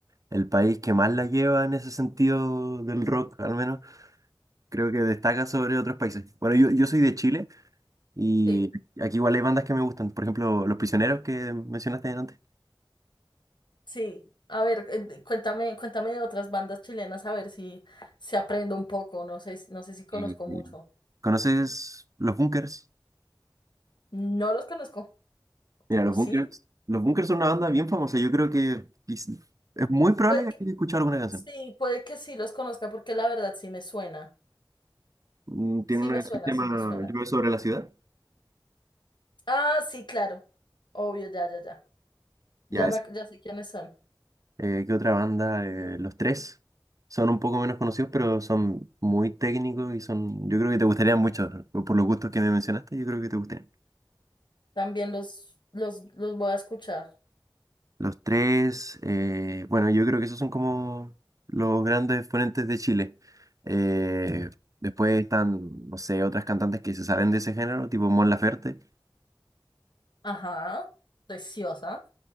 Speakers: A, on the right; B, on the left.
A: el país que más la lleva en ese sentido del rock, al menos. Creo que destaca sobre otros países. Bueno, yo, yo soy de Chile y
B: Sí,
A: aquí igual hay bandas que me gustan. Por ejemplo, Los Prisioneros que mencionaste antes.
B: sí. A ver, eh, de- cuéntame, cuéntame de otras bandas chilenas, a ver si, si aprendo un poco. No sé, si- no sé si conozco
A: Eh,
B: mucho.
A: ¿conoces Los Bunkers?
B: No los conozco.
A: Mira,
B: ¿O
A: los
B: sí?
A: Bunkers, los Bunkers son una banda bien famosa. Yo creo que es es muy probable
B: Puede
A: que
B: que-
A: hayas escuchado alguna canción.
B: sí, puede que sí los conozca, porque la verdad sí me suena.
A: Mm, Tiene
B: Sí
A: una
B: me
A: canción
B: suena,
A: que
B: sí
A: se llama
B: me suena.
A: Llueve sobre la ciudad.
B: Ah, sí, claro. Obvio, ya, ya, ya. Ya
A: Ya es.
B: me, ac- ya sé quiénes son.
A: Eh, ¿qué otra banda? Eh, los tres son un poco menos conocidos, pero son muy técnicos y son. Yo creo que te gustarían mucho. Por los gustos que me mencionaste, yo creo que te gustarían.
B: También los, los, los voy a escuchar.
A: Los tres, eh, bueno, yo creo que esos son como los grandes exponentes de Chile. Eh, después están, no sé, otras cantantes que se salen de ese género, tipo Mon Laferte.
B: Ajá. Preciosa.